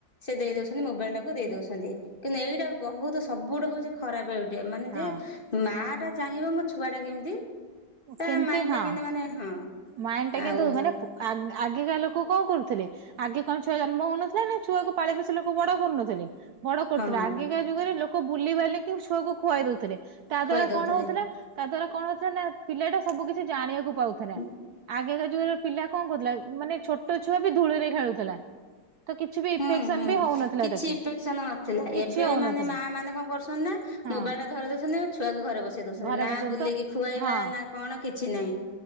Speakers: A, on the left; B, on the right.
A: ସେ ଦେଇ ଦଉଚନ୍ତି ମୋବାଇଲ ଟାକୁ ଦେଇ
B: ହଁ
A: ଦଉଚନ୍ତି କିନ୍ତୁ ଏଇଟା ବହୁତ ସବୁଠୁ ହଉଛି ଖରାପ ଗୋଟେ ମାନେ
B: ହଁ
A: ଯେ ମା ଟା ଚାହିଁବ, ମୋ ଛୁଆ ଟା କେମିତି ତା
B: କେମିତି
A: ମାଇଣ୍ଡ
B: ହଁ
A: ଟା କେମତି ମାନେ ହଁ।
B: ମାଇଣ୍ଡ ଟା କିନ୍ତୁ
A: ଆଉ
B: ମାନେ ପ ଆ ଆଗିକା ଲୋକ କଁ କରୁଥିଲେ। ଆଗେ କଣ ଛୁଆ ଜନ୍ମ ହଉନଥିଲା ନା ଛୁଆକୁ ପାଳି ପୋଶି ଲୋକ ବଡ କରୁନଥିଲେ। ବଡ କରୁଥିଲେ,
A: ହଁ
B: ଆଗିକା ଯୁଗରେ ଲୋକ ବୁଲି ବାଲି କି ଛୁଆକୁ ଖୁଆଇ ଦଉଥିଲେ, ତା
A: ଖୁଆଇ
B: ଦ୍ଵାରା
A: ଦଉଥିଲେ
B: କଣ ହଉଥିଲା ତା ଦ୍ୱାରା କଣ ହଉଥିଲା ନା ପିଲାଟା ସବୁ କିଛି ଜାଣିବାକୁ ପାଉଥିଲା।
A: ହୁଁ
B: ଆଗେକା ଯୁଗର ପିଲା କଣ କରୁଥିଲା, ମାନେ ଛୋଟ ଛୁଆ ବି ଧୂଳି ରେ ଖେଳୁଥିଲା। ତ କିଛି ବି ଇନଫେକ୍ସନ
A: ହୁଁ ହୁଁ
B: ବି ହଉନଥିଲା
A: କିଛି
B: ତାକୁ
A: ଇଫେକ୍ସନ ନଥିଲା,
B: କିଛି
A: ଏବେ
B: ହଉନଥିଲା
A: ମାନେ ମା ମାନେ କଁ କରୁଛନ୍ତି ନା
B: ହଁ
A: ମୋବାଇଲ ଟା ଧରେଇ ଦଉଛନ୍ତି, ଛୁଆକୁ ଘରେ ବସେଇ ଦଉଛନ୍ତି,
B: ଘରେ
A: ନା
B: ବସନ୍ତ
A: ବୁଲିକି ଖୁଆଇବା
B: ହଁ।
A: ନା କଣ କିଛି ନାହିଁ।